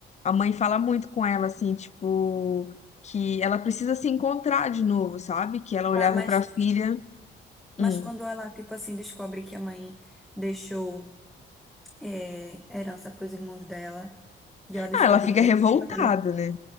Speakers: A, on the left; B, in the centre.
A: a mãe fala muito com ela assim, tipo que ela precisa se encontrar de novo, sabe? Que ela olhava
B: Tá, mas,
A: para a filha,
B: mas
A: hum.
B: quando ela, tipo assim, descobre que a mãe deixou é, herança para os irmãos dela e ela descobre
A: Ah, ela fica
B: que
A: revoltada,
B: é herança dela.
A: né?